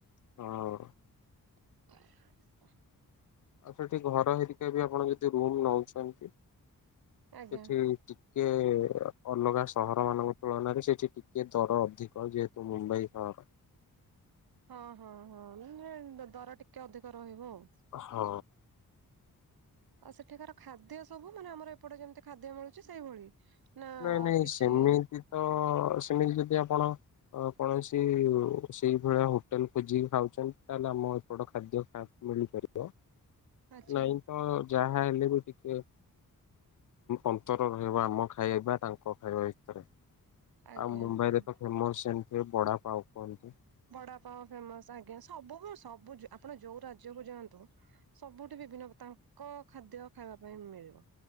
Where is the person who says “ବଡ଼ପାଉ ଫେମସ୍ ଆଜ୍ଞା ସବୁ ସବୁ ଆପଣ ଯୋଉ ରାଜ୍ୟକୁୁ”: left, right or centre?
Right